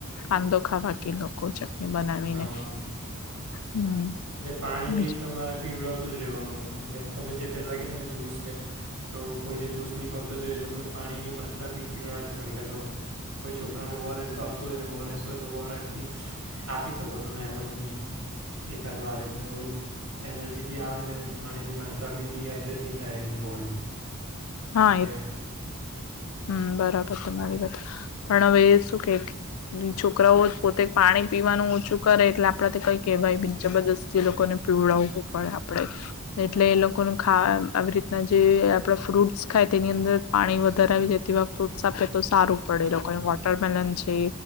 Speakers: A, on the left; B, on the right.
A: કાંદો ખાવા કે લોકોખ છ. બનાવીને.
B: હા
A: હમ
B: ને પાણી
A: બીજ
B: બી તમારે પીવડાવતું જ રહેવાનું. એટલે તમે જે પહેલાં કીધો ને જૂસ ને તો કોઈને જૂુસ નહીં ભાવતું હોય તો એ લોકોને પાણીની માત્રા બી એટલે તમે જે પેલા કીધુ એમ પીવળ જ ઘણીક તો કોઈ છોકરાને ઓઆરએસ ભાવતું હોય ને ઓઆરએસ હોય તો ઓઆરએસ બી આપી શકો તમે એમ જ બી. એકાદ વાર એટલે થોડુંક એનર્જી બી આવે ને પાણીની માત્રા બી ડડીહાઈડ્રેટ નહીં થાય એની બોડી.
A: હા એ
B: <unintelligible> <unintelligible>
A: હમ બરાબર તમા મારી વાત પણ હવે શું કે છોકરાઓ હમ બરાબર તમારી વાતપોતે પાણી પીવાનું ઓછું કરે એટલે આપડા કઈ કહેવાય જબરદસ્ત લોકોને પીવડાવવું પડે આપણેે એટલે એ લોકોને ખા આવી રીતના જે આપડા ફ્રૂટ. ખાય તેની અંદર પાણી વધારે આવી જાય તેવા ફ્રૂટ્સ આપે તો સારું પડે લોકોને વોટરમેલન છે